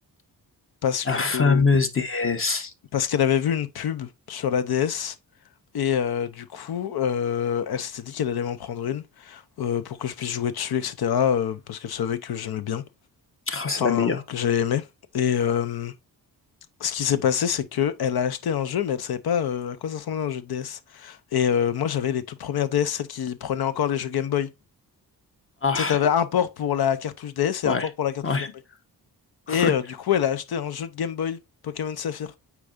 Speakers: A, on the left; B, on the left.
A: parce
B: La
A: que
B: fameuse DS.
A: parce qu'elle avait vu une pub sur la DS Et euh, du coup, euh, elle s'était dit qu'elle allait m'en prendre une euh, pour que je puisse jouer dessus, etc. euh, parce qu'elle savait que j'aimais bien,
B: Ah, c'est
A: enfin
B: la meilleure.
A: que j'avais aimé. Et euh, ce qui s'est passé, c'est que elle a acheté un jeu, mais elle savait pas euh, à quoi ça ressemblait un jeu de DS. Et euh, moi, j'avais les toutes premières DS, celles qui prenaient encore les jeux Game Boy.
B: Ah,
A: Tu sais, t'avais un port pour la cartouche DS et
B: ouais.
A: un port pour la cartouche
B: Ouais.
A: Game Boy.
B: <laughs>
A: Et
B: ouais.
A: euh, du coup, elle a acheté un jeu de Game Boy, Pokémon Saphir.